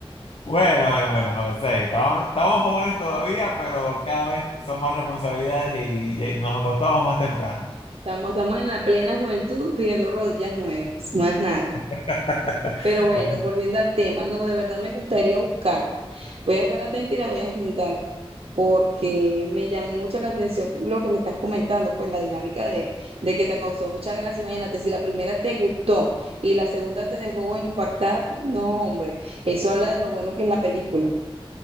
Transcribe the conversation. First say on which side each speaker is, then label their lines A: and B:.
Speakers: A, on the left; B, on the right.
A: Bueno, bueno, bueno, sí, estamos, estamos jóvenes todavía, pero cada vez son más responsabilidades y, y nos acostamos más temprano.
B: Estamos, estamos en la plena juventud pidiendo rodillas nuevas, más nada.
A: <laughs>
B: Pero bueno,
A: Bueno,
B: volviendo al tema, no, de verdad me gustaría buscarla. Voy a estar atenta y la voy a agendar porque me llamó mucho la atención lo que me estás comentando, pues la dinámica de, de que te causó mucha gracia. Imagínate, si la primera te gustó y la segunda te dejó bueno impactada, no, hombre, eso habla de lo bueno que es la película.